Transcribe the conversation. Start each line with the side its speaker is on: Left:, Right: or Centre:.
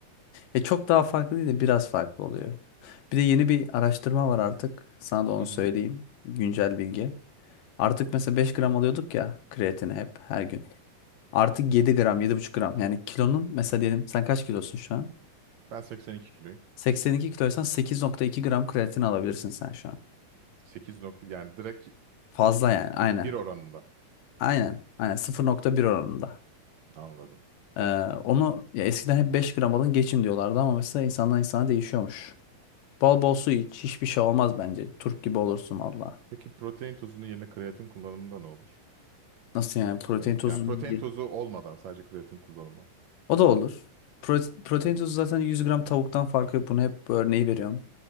Left: Ya çok daha farklı değil de biraz farklı oluyor. Bir de yeni bir araştırma var artık. Sana da onu
Right: Hı
Left: söyleyeyim.
Right: hı.
Left: Güncel bilgi. Artık mesela 5 gram alıyorduk ya kreatini hep her gün. Artık 7 gram, 7,5 gram. Yani kilonun mesela diyelim sen kaç kilosun şu an?
Right: Ben 82 kiloyum.
Left: 82 kiloysan 8.2 gram kreatin alabilirsin sen şu an.
Right: 8 nokta yani direkt
Left: Fazla yani aynen.
Right: bir oranında
Left: Aynen. Aynen 0.1 oranında.
Right: anladım.
Left: Ee, onu ya eskiden hep 5 gram alın geçin diyorlardı ama mesela insandan insana değişiyormuş. Bol bol su iç. Hiçbir şey olmaz bence. Turp gibi olursun valla.
Right: Peki protein tozunun yerine kreatin kullanımında ne olur?
Left: Nasıl yani protein
Right: Hani
Left: tozu
Right: yani protein
Left: ye.
Right: tozu olmadan sadece kreatin kullanımı.
Left: O da olur. Prote- protein
Right: Ha,
Left: tozu zaten 100 gram tavuktan farkı yok. Bunu hep bu örneği veriyorum.